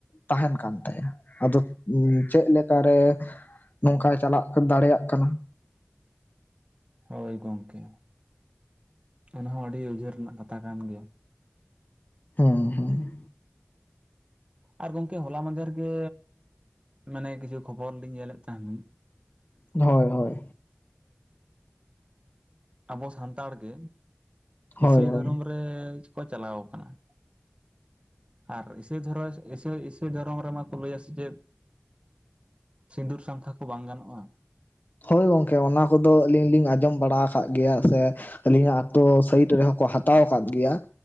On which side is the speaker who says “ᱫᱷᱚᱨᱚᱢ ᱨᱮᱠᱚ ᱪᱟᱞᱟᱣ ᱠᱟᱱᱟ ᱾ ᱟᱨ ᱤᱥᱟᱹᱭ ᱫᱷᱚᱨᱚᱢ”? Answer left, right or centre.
Right